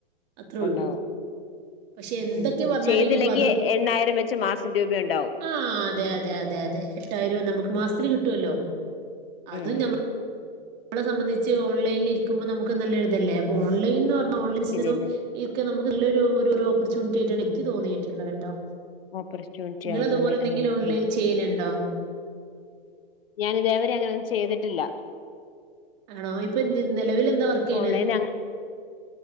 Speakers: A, on the right (about 45°); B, on the left (about 70°).
A: അത്രോള്ളു
B: ഉണ്ടാവും
A: പക്ഷെ എന്തൊക്കെ
B: ഉം ഉം
A: പറഞ്ഞാലും
B: ചെയ്തില്ലെങ്കി
A: ഇനിപ്പോ
B: എണ്ണായിരം വെച്ച് മാസം രൂപയുണ്ടാവും.
A: ആ അതെ അതെ അതെ അതെ എട്ടായിരം നമുക്ക് മാസത്തില് കിട്ടുവല്ലോ അതും
B: ഉം
A: നമ്മള സംബന്ധിച്ച് ഓൺലൈനിൽ ഇരിക്കുമ്പോ നമുക്ക് നല്ലൊരിതല്ലേ അപ്പൊ ഓൺൈന്ന് പറഞ്ഞ <unintelligible>
B: പിന്നെല്ലേ
A: നമുക്ക് ഇല്ലൊരു ഒരു ഒരു ഓപ്പർച്യൂണിറ്റി ആയിട്ടാണ് എനിക്ക് തോന്നിയിട്ടുള്ളത് കേട്ടോ.
B: ഓപ്പർച്യൂണിറ്റി
A: നിങ്ങളതുപോലെ
B: ആണല്ലേ
A: എന്തെങ്കിലും
B: ആഹ്
A: ഓൺലൈൻ ചെയ്യലുണ്ടോ?
B: ഞാനിതെവരെ അങ്ങനോന്നും ചെയ്ത്ട്ടില്ല
A: ആണോ ഇപ്പൊ ന് നിലവിലെന്താ വർക്കെയ്യ്ണെ
B: ഓൺലൈൻ അങ്ങ